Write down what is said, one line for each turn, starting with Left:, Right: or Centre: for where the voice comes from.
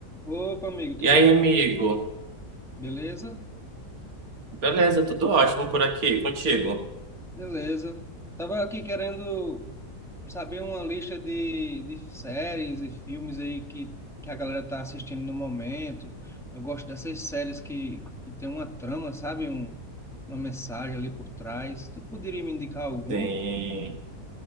Centre: Opa, amigo, tudo
Right: E aí, amigo?
Centre: beleza?
Right: Beleza, tudo ótimo por aqui, contigo?
Centre: Beleza. Tava aqui querendo saber uma lista de, de séries e filmes aí que, que a galera tá assistindo no momento. Eu gosto dessas séries que, que tem uma trama, sabe? Um, uma mensagem ali por trás. Tu poderia me indicar alguma?
Right: Sim.